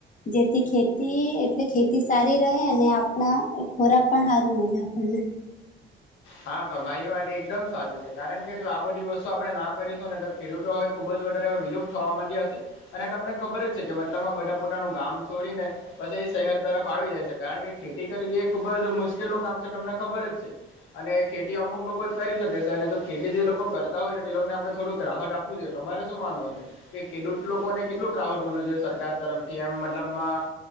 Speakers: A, on the left (about 40°); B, on the left (about 80°).
A: જેથી, ખેતી એટલે ખેતી સારી રહે આપણા ખોરાક પણ સારું મળે આપણને
B: હા તમારી વાત એકદમ સાચી છે કારણ કે જો આ બધી વસ્તુ આપણે ના કરીશું ને. ખેડૂતો હવે ખુબ જ વધારે વિલુપ્ત થવા માંડી્યા હશે. અને તમને ખબર જ છે કે મતલબ આ બધા પોતાનું ગામ છોડીને, પછી એ શહેર તરફ આવી જાય છે કારણ કે ખેતી કરવી એ ખુબ જ મુશ્કેલ નું કામ છે તમને ખબર જ છે. અને ખેતી અમુક લોકો જ કરી શકે છે અને જો ખેતી જે લોકો કરતા હોય છે તો તે લોકોને આપણે થોડુંક રાહત આપવું જોઈએ. તમારે શું માનવું છે કે ખેડૂત લોકોને કેટલુંક રાહત, મળવી જોઈએ સરકાર તરફથી એમ મતલબમાં,